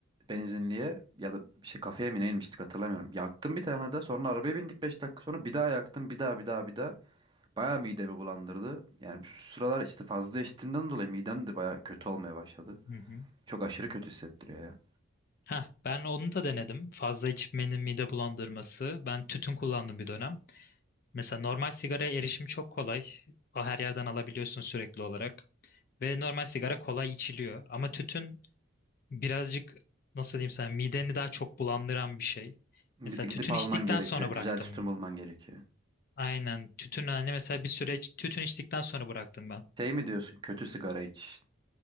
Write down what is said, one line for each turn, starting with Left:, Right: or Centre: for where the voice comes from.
Right: benzinliğe ya da bir şey kafeye mi ne inmiştik hatırlamıyorum. Yaktım bir tane de sonra arabaya bindik 5 dakika sonra bir daha yaktım bir daha bir daha bir daha. Bayağı midemi bulandırdı. Yani şu sıralar işte fazla içtiğimden dolayı midem de bayağı kötü olmaya başladı.
Left: Hı hı.
Right: Çok aşırı kötü hissettiriyor ya.
Left: Heh, ben onu da denedim. Fazla içmenin mide bulandırması. Ben tütün kullandım bir dönem. Mesela normal sigaraya erişim çok kolay. Her yerden alabiliyorsun sürekli olarak. Ve normal sigara kolay içiliyor. Ama tütün birazcık nasıl diyeyim sana mideni daha çok bulandıran bir şey.
Right: Bir
Left: Mesela
Right: de gidip
Left: tütün
Right: alman
Left: içtikten
Right: gerekiyor.
Left: sonra
Right: Güzel
Left: bıraktım.
Right: tütün bulman gerekiyor.
Left: Aynen tütün hani mesela bir süreç tütün içtikten sonra bıraktım ben.
Right: Şey mi diyorsun kötü sigara iç.